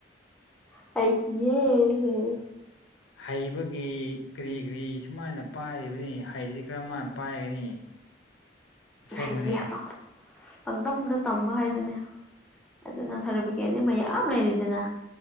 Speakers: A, in the centre; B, on the left.
A: ꯑꯗꯤꯌꯦꯦ
B: ꯍꯩꯕꯒꯤ ꯀꯔꯤ ꯀꯔꯤ ꯁꯨꯃꯥꯏꯅ ꯄꯥꯏꯔꯤꯕꯅꯤ ꯍꯩꯗꯗꯤ ꯀꯔꯝꯃꯥꯏꯅ ꯄꯥꯏꯒꯅꯤ <inaudible> ꯑꯁꯦꯡꯕꯅꯤ
A: ꯍꯥꯏꯗꯤꯕ ꯄꯪꯗꯝꯝꯗ ꯇꯝꯕ ꯍꯥꯏꯗꯨꯅꯦ ꯑꯗꯨ ꯅ ꯊꯔꯄꯒꯦ ꯍꯥꯏꯗꯤ ꯃꯌꯥꯝ ꯂꯩꯔꯤꯗꯅ